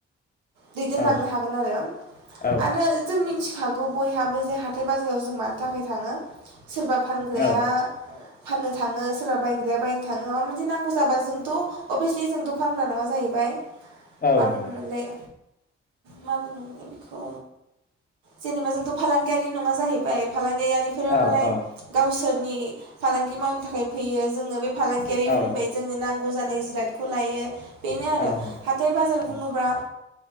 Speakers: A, on the right; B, on the left.
A: दैदेनलांनो
B: औ
A: हागोन आरो
B: औ
A: आरो जोंनि मिथिखागौ बयहाबो जे हाथाय बाजाराव जों मानि थाखाय थाङो सोरबा फानग्राया
B: औ
A: फाननो थाङो सोरबा बायग्राया बायनो थाङो माबा मोनसे नांगौ जाबा जोंथ' अबियसलि जोंथ' फानग्रा नङा जाहैबाय
B: औ
A: मा बुङो
B: नंगौ
A: मोनलाय? मा बुङोमोनलाय बेखौ जेनेबा जोंथ' फालांगियारि नङा जाहैबाय फालांगि मारि फोरा
B: औ
A: मालाय
B: औ
A: गावसोर नि फालांगि मावनो थाखाय फैयो जोङो बे फालांगियारिफोरनि
B: औ
A: जोंनो नांगौ जा जिरादखौ लायो। बेनो आरो
B: औ नंगौ
A: हाथाय बाजार बुङोब्ला
B: औ